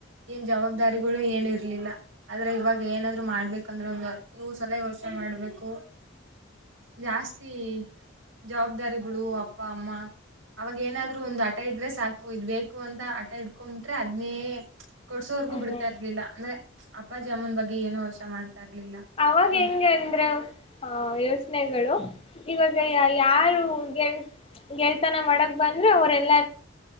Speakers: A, on the right; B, on the left.
A: ಏನ್ ಜವಾಬ್ದಾರಿಗಳು ಏನು ಇರ್ಲಿಲ್ಲ ಆದ್ರೆ ಇವಾಗ ಏನಾದ್ರು ಮಾಡ್ಬೇಕಂದ್ರೆ ಒಂದು ನೂವು ಸಲ ಯೋಚನೆ ಮಾಡ್ಬೇಕು ಜಾಸ್ತಿ ಜವಾಬ್ದಾರಿಗಳು ಅಪ್ಪ ಅಮ್ಮ ಅವಾಗೇಏನಾದ್ರು ಒಂದು ಆಟ ಇಡ್ರೆ ಸಾಕು ಇದ್ ಬೇಕು ಅಂತ ಆಟ ಇಡ್ಕೊಬಿಟ್ರೆ ಅದನೇ ಕೊಡ್ಸೋವರ್ಗೂ ಬಿಡ್ತಾ
B: ಹ್ಮ್
A: ಇರ್ಲಿಲ್ಲ ಅಂದ್ರೆ ಅಪ್ಪ ಜಾಮೂನ್ ಬಗ್ಗೆ ಏನು ಅವಶ ಮಾಡ್ತಾ ಇರ್ಲಿಲ್ಲ
B: ಅವಾಗ
A: ಇದು
B: ಹೆಂಗ ಅಂದ್ರೆ ಹಾ ಯೋಚನೆಗಳು ಇವಾಗ ಯಾರುಗೆ ಗೆಳ್ತನ ಮಡಗ ಬಂದ್ರೆ ಅವ್ರಲ್ಲ